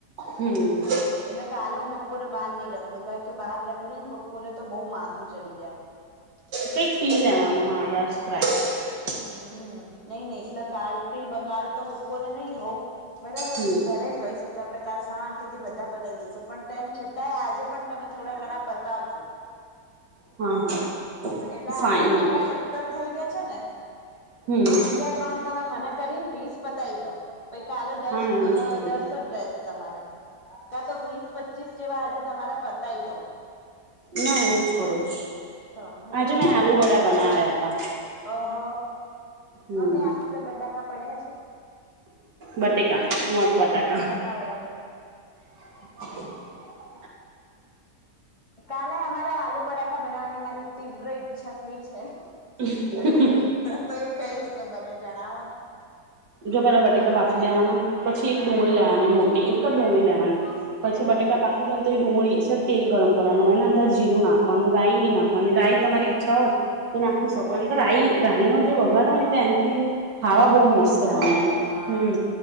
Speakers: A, on the right (about 85°); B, on the left (about 20°).
A: હમ
B: એટલે કાલે હું બપોરે બહાર નહી રખડું કારણ કે બહાર રખડીએ ને બપોરે તો બહુ માથું ચડી જાય
A: કઈક પી લેવાનું માજા સ્પ્રાઈટ
B: હમ નઈ નઈ એટલે કાલ થી બકાલ તો બપોરે નઈ હોવ બરાબર
A: હમ.
B: ઘરે જ હોઈશ એટલે આપણે કાલ શાંત તિથી બધા પતાવી દઈશુ પણ તેમ છતાંય આજે પણ તમે થોડા ઘણા પતાવજો
A: હા હા
B: એટલે
A: ફાઈનલી
B: આજે તમારા સત્તર થઇ ગયા છે ને
A: હમ
B: તો બીજા ત્રણ તમે મને કરીને વીસ પતાવી દો પૈ કાલે દસ
A: હા એવું જ કરીશ
B: દસ જ રેસે તમારે કા તો વીસ પચીસ જેવા આજે તમારા પતાય દો
A: ના એવું જ કરવું છે
B: તો હજુ
A: આજે
B: અનિતા
A: મેં આલુ
B: મને
A: વડા
B: ભી
A: બનાવ્યા
B: કરશે
A: હતા
B: અ હ
A: હમ
B: મમ્મી આપડે બટાકા પડ્યા છે.
A: બટેકા નોટ બટાકા
B: બતાકા વડાબનું.
A: <inaudible>
B: કાલે અમારે આલુ પરાઠા બનાવવાની મારી તીવ્ર ઈચ્છા થઈ છે.
A: <unintelligible>
B: તો એ કઈ રીતે બને જણાવો ને
A: જો પેલા બટેકા બાફી દેવાના પછી એક ડુંગળી
B: હા
A: લેવાની મોટી એક જ ડુંગળી લેવાની પછી
B: બરાબર
A: બટેકા બાકી તે ડુંગળી છે તેલ ગરમ કરવાનું એના અંદર જીરું નાખવાનું રાાય નહીં નાખવાની રાય તમારી છા હોય તો નાખી શકો એમ કે રાઈ રાહી નો જે વઘારો હોય એમથી ખાવા બહ
B: ટેસ્ટ
A: મસ્ત હ
B: સારો આવે હા